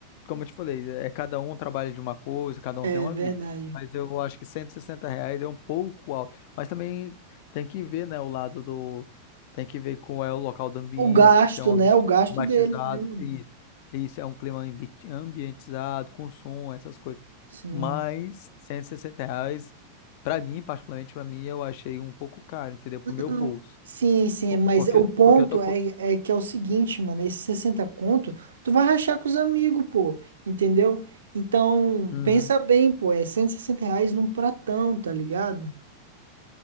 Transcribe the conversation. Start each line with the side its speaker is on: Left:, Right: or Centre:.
Left: como eu te falei, é cada um trabalha de uma coisa, cada
Right: é
Left: um tem uma
Right: verdade.
Left: vida. Mas eu acho que 160 reais é um pouco alto. Mas também tem que ver, né, o lado do. Tem que ver qual é o local do ambiente,
Right: O gasto,
Left: que é um
Right: né?
Left: ambiente
Right: O gasto
Left: climatizado.
Right: deles, né, mano?
Left: Isso, isso é um clima ambi- ambientizado, com som, essas coisas.
Right: Sim.
Left: Mas cento e sessenta reais, pra mim, particularmente pra mim, eu achei um pouco caro, entendeu? Pro meu
Right: Não.
Left: bolso.
Right: Sim, sim,
Left: Po-
Right: é- mas
Left: Porque,
Right: o ponto
Left: porque eu tô. com-
Right: é, é que é o seguinte, mano, esse 60 conto, tu vai rachar com os amigos, pô, entendeu? Então,
Left: Uhum.
Right: pensa bem, pô, é 160 reais num pratão, tá ligado?